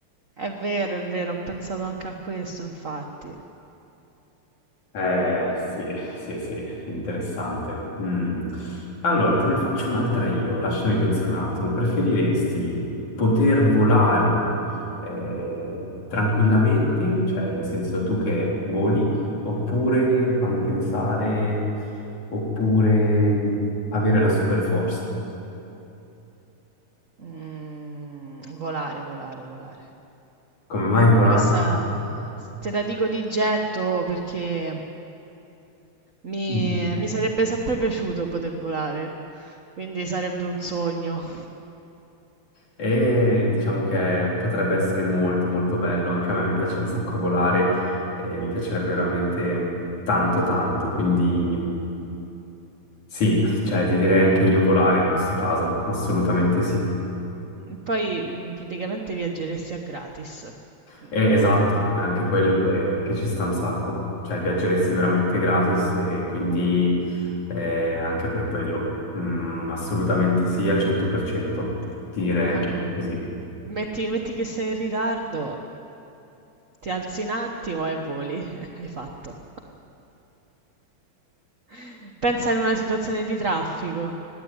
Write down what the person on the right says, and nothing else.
è vero, è vero, ho pensato anche a questo infatti.
Mh-mh.
Mhmm, volare, volare, volare.
Questa s te la dico di getto perché mi
mi sarebbe sempre piaciuto poter volare, quindi sarebbe un sogno.
Mh-mh. Poi, mhmm, praticamente viaggeresti a gratis.
Mh-mh.
Ah-ah.
<laughs>
Metti metti che sei in ritardo, Ti alzi un attimo e voli, <laughs> hai fatto. <laughs> Pensa in una situazione di traffico.